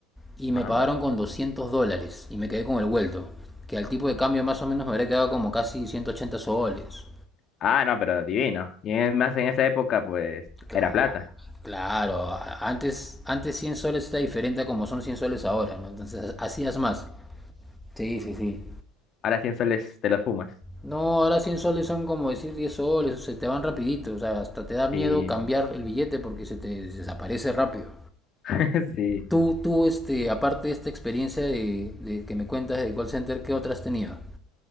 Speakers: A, in the centre; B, on the left.
A: y me
B: ah
A: pagaron con 200 dólares y me quedé con el vuelto, que al tipo de cambio más o menos me habría quedado como casi 180 soles.
B: Ah, no, pero divino. Y en- más en esa época, pues,
A: Claro,
B: era plata.
A: claro, a- antes, antes 100 soles está diferente a como son 100 soles ahora, ¿no? Entonces hacías más. Sí, sí, sí.
B: Ahora cien soles te los fumas.
A: No, ahora 100 soles son como decir 10 soles, o se te van rapidito, o sea, hasta te da miedo
B: Sí,
A: cambiar el billete porque se te desaparece rápido.
B: <laughs> sí.
A: Tú, tú, este, aparte de esta experiencia de, de que me cuentas de call center, ¿qué otras has tenido?